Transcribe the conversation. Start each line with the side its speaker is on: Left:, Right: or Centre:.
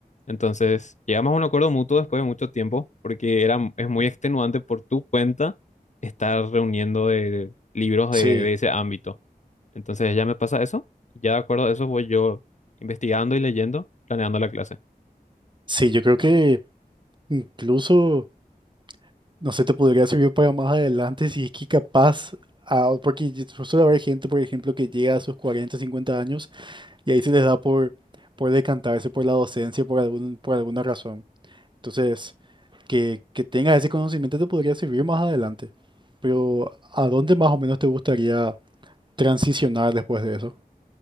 Left: Entonces, llegamos a un acuerdo mutuo después de mucho tiempo, porque era, es muy extenuante por tu cuenta estar reuniendo de, de libros
Right: Sí.
Left: de, de ese ámbito. Entonces, ella me pasa eso. Ya de acuerdo a eso, voy yo investigando y leyendo, planeando la clase.
Right: Sí, yo creo que incluso, no sé, te podría servir para más adelante si es que capaz, ah, porque yo- suele haber gente, por ejemplo, que llega a sus 40, 50 años y ahí se les da por, por decantarse por la docencia por algún, por alguna razón. Entonces, que, que tengas ese conocimiento te podría servir más adelante. Pero ¿a dónde más o menos te gustaría transicionar después de eso?